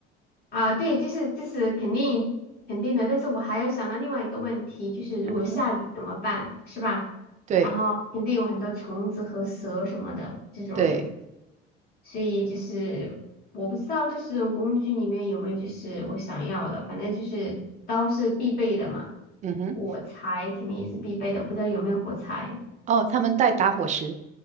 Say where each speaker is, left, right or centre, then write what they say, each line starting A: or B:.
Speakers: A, on the left; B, on the right.
A: 啊，对，就是这是肯定肯定的，但是我还有想到另外一个问题，就是如果下雨怎么办，
B: 嗯哼，
A: 是吧？
B: 对
A: 然后肯定有很多虫子和蛇什么的这种的。
B: 对，
A: 所以就是我不知道这十种工具里面有没有就是我想要的，反正就是刀是必备的嘛，
B: 嗯哼，
A: 火柴肯定也是必备的，我不知道有没有火柴。
B: 哦，他们带打火石，